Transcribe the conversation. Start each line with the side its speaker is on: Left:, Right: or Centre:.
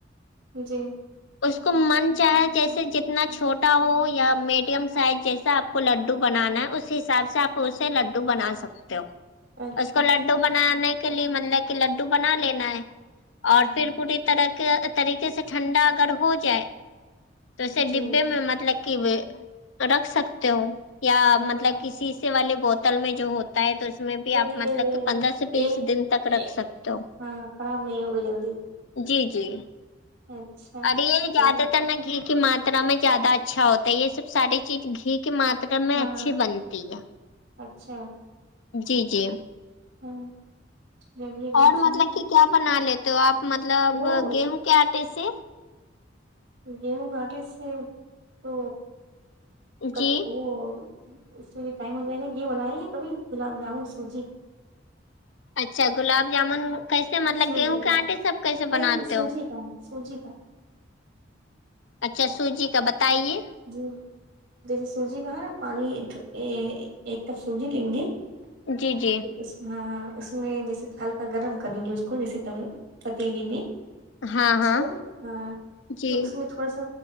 Right: جی
Left: اس کو من چاہے جیسے جت تنا چھوٹا ہو یا میڈیم سائز جیسا آپ کو لڈو بنانا ہے اس حساب سے آپ لڈو بنا سکتے ہو
Right: اچھا
Left: اس کو لڈو بنانے کے لیے مطلب کہ لڈو بنا لینا ہے اور
Right: ہاں
Left: پھر پوری طرح کے طریقے سے ٹھنڈا اگر ہو جائے تے
Right: جی
Left: ڈبے میں مطلب کی رکھ سکتے ہو یا
Right: ہاں
Left: مطلب کی شیصے والے بوتل میں جو ہوتا ہے تو اس میں بھی آپ
Right: یہ
Left: مطلب کہ پندرہ سے بیس
Right: ایک
Left: دن تک رکھ سکتے ہو
Right: ہاں خراب نہیں ہوگا جلدی
Left: جی جی
Right: اچھا
Left: اگلے ہی
Right: چلیے
Left: زیادہ تر نہ گھی کی مات ترا میں زیادہ اچھا ہوتا ہے یے سب ساری چیز گھی کی ماترا میں
Right: ہاں
Left: اچھی بنتی ہے
Right: اچھا
Left: جی جی
Right: ہاں جب یہ بناتے
Left: اور مطلب
Right: ہیں
Left: کی کیا بنا لیت تے ہو آپ مطلب
Right: وہ
Left: گیہوں کے آٹے سے
Right: گیہو کے اٹے سے تو کچ
Left: جی
Right: وہ اس کے لیے ٹائم ہو جائے گا یے بنائیے کبھی گلاب جامن سوجی
Left: اچھا گلاب جامن کیسے مطلب
Right: سوجی
Left: گیہوں کے
Right: کا
Left: آٹے سے آپ کیسے
Right: نہیں
Left: بناتے
Right: نہیں سوجی
Left: ہو
Right: کا سوجی کا
Left: اچھا سوجی کا بتائیے
Right: جی جیسے سوجی کا ہے نا پانی ایک کپ سوجی لیں گے پھر
Left: جی جی
Right: اس ہاں اس میں جیسے ہلکا گرم کریں گے اس کو جیسے توے پتیلیے میں
Left: ہاں
Right: اس
Left: ہاں
Right: کو ہاں
Left: جی
Right: پھر اس میں تھوڑا سا